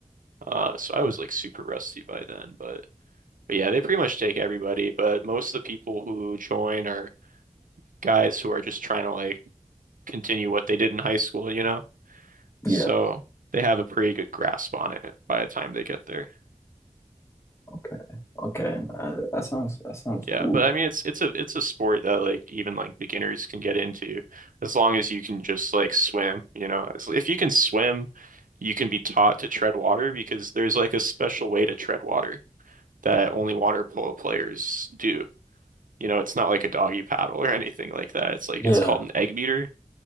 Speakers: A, on the right (about 80°); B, on the left (about 20°).
A: Uh, so I was like super rusty by then, but but yeah, they pretty much take everybody, but most of the people who join are guys who are just trying to like continue what they did in high school, you know? So
B: Yeah.
A: they have a pretty good grasp on it by the time they get there.
B: Okay. Okay. Uh, that sounds that sounds Yeah.
A: Yeah,
B: cool.
A: but I mean it's it's a it's a sport that like even like beginners can get into as long as you can just like swim, you know. As- If you can swim, you can be taught to tread water because there's like a special way to tread water that only water polo players do. You know, it's not like a doggy paddle or <laughs> anything like that. It's like
B: Yeah.
A: it's
B: Yeah.
A: called an egg beater